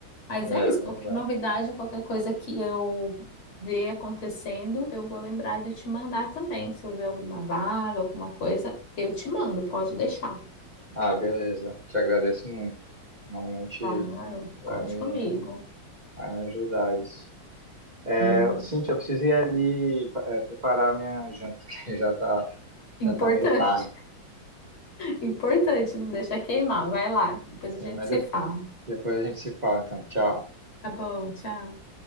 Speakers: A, on the left (about 85°); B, on the right (about 20°).
A: Mas
B: é
A: é isso,
B: verdade.
A: qualquer novidade, qualquer coisa que eu ver acontecendo, eu vou lembrar de te mandar também. Se eu ver alguma vaga, alguma coisa, eu te mando, pode deixar.
B: Ah, beleza. Te agradeço muito. Realmente
A: Claro,
B: vai
A: conte
B: me,
A: comigo.
B: vai me ajudar isso.
A: Hum,
B: É, Cintia, eu preciso ir ali é, preparar minha janta, <laughs> que já tá,
A: importante.
B: já tá meio tarde.
A: Importante, não deixa queimar. Vai lá, depois a
B: Sim,
A: gente
B: mas
A: se
B: de-
A: fala.
B: depois a gente se fala, então. Tchau.
A: Tá bom, tchau.